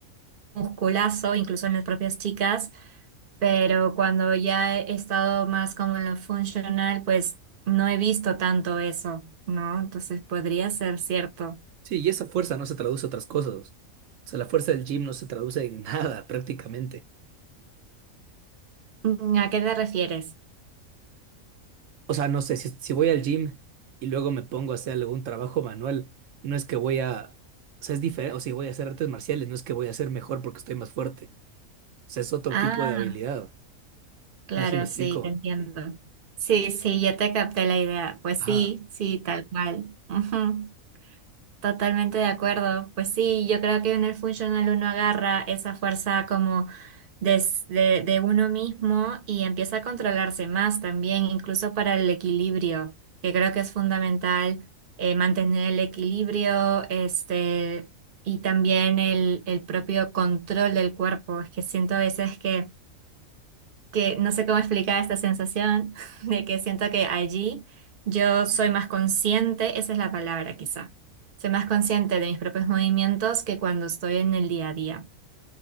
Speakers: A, on the right; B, on the right.
A: musculazo, incluso en las propias chicas, pero cuando ya he estado más como en lo funcional, pues no he visto tanto eso, ¿no? Entonces podría ser cierto.
B: Sí, y esa fuerza no se traduce a otras cosas. O sea, la fuerza del gym no se traduce en <laughs> nada prácticamente.
A: Mm, ¿A qué te refieres?
B: O sea, no sé, si, si voy al gym y luego me pongo a hacer algún trabajo manual, no es que voy a, o sea, es diferente, o si voy a hacer artes marciales, no es que voy a ser mejor porque estoy más fuerte. O sea, es otro
A: Ah,
B: tipo de habilidad.
A: Claro,
B: No sé si me explico.
A: sí, te entiendo. Sí, sí, ya te capté la idea. Pues
B: Ajá,
A: sí, sí, tal cual. Ujú, Totalmente de acuerdo. Pues sí, yo creo que en el funcional uno agarra esa fuerza como des- de, de uno mismo y empieza a controlarse más también, incluso para el equilibrio, que creo que es fundamental eh, mantener el equilibrio, este, y también el, el propio control del cuerpo. Es que siento a veces que que no sé cómo explicar esta sensación <laughs> de que siento que allí yo soy más consciente, esa es la palabra quizá. Soy más consciente de mis propios movimientos que cuando estoy en el día a día.